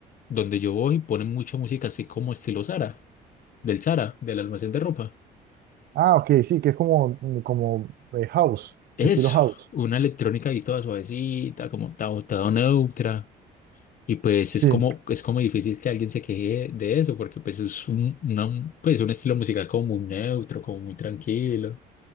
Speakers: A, on the left; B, on the right.
A: donde yo voy ponen mucha música así como estilo Sara del Zara, del almacén de ropa.
B: Ah, ok, sí, que es como, mm, como eh, house,
A: Eso,
B: estilo house.
A: una electrónica ahí toda suavecita, como ta- toda neutra. Y pues
B: Sí,
A: es como, es como difícil que alguien se queje de eso, porque pues es un, una- pues un estilo musical como muy neutro, como muy tranquilo.